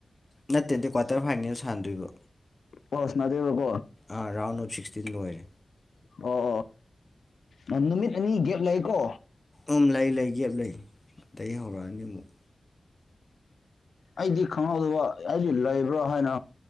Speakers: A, on the left (about 25°); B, on the left (about 75°).
A: ꯅꯠꯇꯦꯗ ꯀ꯭ꯋꯥꯇꫪ ꯐꯥꯏꯅꯦꯜ ꯁꯥꯟꯗꯣꯏꯕ
B: ꯕꫭꯜ ꯁꯅꯥꯗꯦꯕꯀꯣ
A: ꯑ ꯔꯥꯎꯟ ꯑꯞ ꯁꯤꯛꯁꯇꯤꯟ ꯂꯣꯏꯔꯦ
B: ꯑꯣ ꯑꯣ ꯅꯨꯃꯤꯠ ꯑꯅꯤ ꯒꯦꯞ ꯂꯩꯀꯣ
A: ꯎꯝ ꯂꯩ ꯂꯩ ꯒꯦꯞ ꯂꯩ ꯑꯗꯩ ꯍꯧꯔꯛꯑꯅꯤ ꯑꯃꯨꯛ
B: ꯑꯩꯗꯤ ꯈꯪꯍꯧꯗꯕ ꯑꯩꯗꯤ ꯂꯩꯕ꯭ꯔꯥ ꯍꯥꯏꯅ